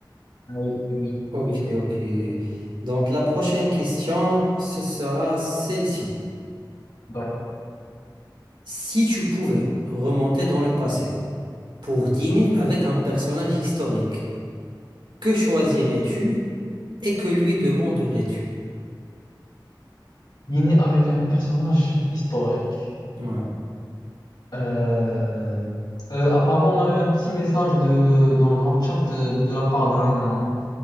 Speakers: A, on the left; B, on the right.
A: Oui, oui,
B: Ok,
A: oui, oui,
B: ok. Donc la prochaine question, ce sera celle-ci.
A: d'accord.
B: Si tu pouvais remonter dans le passé pour dîner avec un personnage historique, que choisirais-tu et que lui demanderais-tu?
A: Il est né avec un personnage historique.
B: Ouais.
A: Euh, euh, apparemment, on a eu un petit message de dans, dans le chat euh, de la part d'un